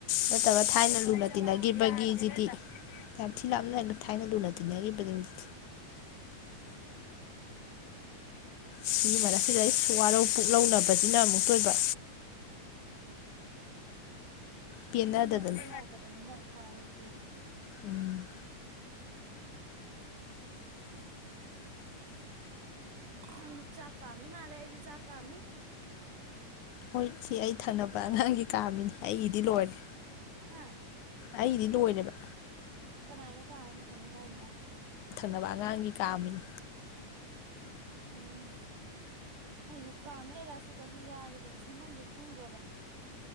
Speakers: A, on the left (about 75°); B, on the right (about 75°).
A: ꯅꯠꯇꯕ
B: ꯍꯥꯏꯖꯕꯅꯤ
A: ꯊꯥꯏꯅ ꯂꯨꯅ ꯇꯤꯟꯅꯈꯤꯕꯒꯤꯁꯤꯗꯤ
B: ꯌꯥꯗꯦꯕ ꯍꯦꯛꯇ
A: ꯌꯥꯥꯝ ꯊꯤ ꯂꯞꯅꯩꯒ ꯊꯥꯏꯅ ꯂꯨꯅ ꯇꯤꯟꯅꯒꯤꯕꯗꯣ ꯍꯧꯖꯤꯛꯇꯤ ꯁꯤꯒꯤ ꯃꯔꯛ ꯁꯤꯗꯩ ꯋꯥꯔꯧ ꯄꯨꯛ ꯂꯧꯅꯕꯁꯤꯅ ꯑꯃꯨꯛꯇ ꯑꯣꯏꯕ ꯄꯦꯟꯅꯗꯗꯅ
B: ꯑꯗꯨꯅꯗ ꯌꯥꯗꯕꯅꯤꯅ ꯎꯄꯥꯏ ꯂꯩꯇꯦꯕ
A: ꯎꯝ
B: ꯎꯝ ꯆꯥꯛꯀꯥꯝꯃꯤ ꯃꯥꯂꯦ ꯑꯩꯁꯨ ꯆꯥꯛꯀꯥꯝꯃꯤ
A: ꯍꯣꯏ ꯁꯤ ꯑꯩ ꯊꯥꯅꯕ ꯑꯉꯥꯡꯒꯤ ꯀꯥꯝꯃꯤꯅꯤ ꯑꯩꯒꯤꯗꯤ ꯂꯣꯏꯔꯦ
B: ꯍꯥ
A: ꯑꯩꯒꯤꯗꯤ ꯂꯣꯏꯔꯦꯕ
B: ꯀꯅꯥꯏꯅꯣ ꯀꯥꯝꯕ ꯃꯈꯣꯜꯃ ꯇꯥꯏꯗꯨꯅ
A: ꯅꯕ ꯑꯉꯥꯡꯒꯤ ꯀꯥꯝꯃꯤꯅꯤ
B: ꯎꯝ ꯑꯩꯁꯨ ꯀꯥꯝꯃꯦ ꯔꯥꯏꯁ ꯀꯨꯀꯔ ꯌꯥꯒꯤꯗꯕ ꯁꯦꯝꯐꯝꯁꯦ ꯈꯪꯗ꯭ꯔꯕ